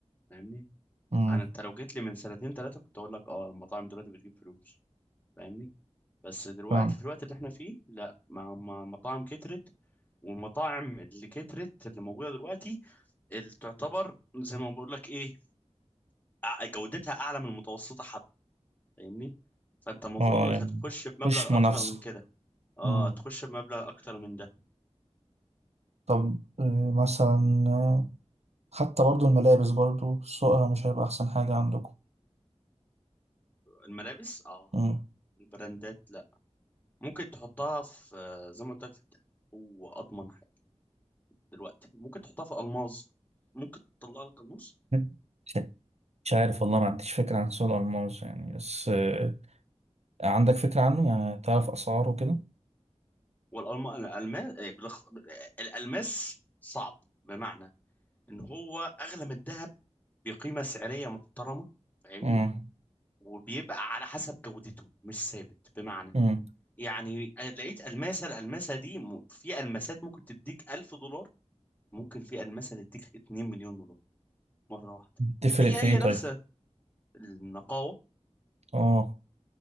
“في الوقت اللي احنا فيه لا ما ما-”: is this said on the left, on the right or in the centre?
Left